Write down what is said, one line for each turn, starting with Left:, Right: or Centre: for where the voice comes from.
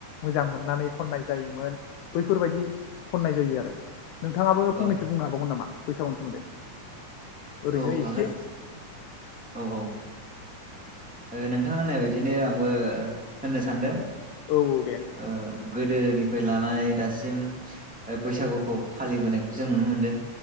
Left: मोजां मोननानै खननाय जायोमोन बैफोरबायदि खननाय जायो आरो नोंथाङाबो फनसो
Centre: औ
Left: बुंनो हाबावमोन नामा। बैसागुनि सोमोन्दै ओरैनो
Centre: औ हागोन
Left: एसे
Centre: औ औ नोंथां होननाय बदिनो आंबो होननो सानदों
Left: औ औ दे
Centre: ओ गोदोनिफ्राय लानानै दासिम बैसागु खौ फालिबोनायखौ जों नुनो मोनदों